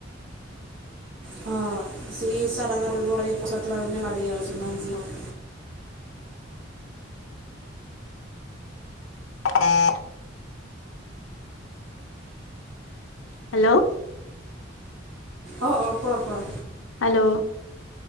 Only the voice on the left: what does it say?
<unintelligible> হেল্ল'
হেল্ল'